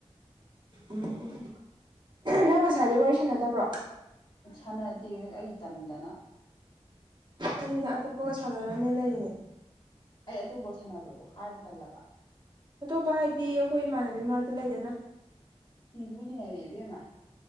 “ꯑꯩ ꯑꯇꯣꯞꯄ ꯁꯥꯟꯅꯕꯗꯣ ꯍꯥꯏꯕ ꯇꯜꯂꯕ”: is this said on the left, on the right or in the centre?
Left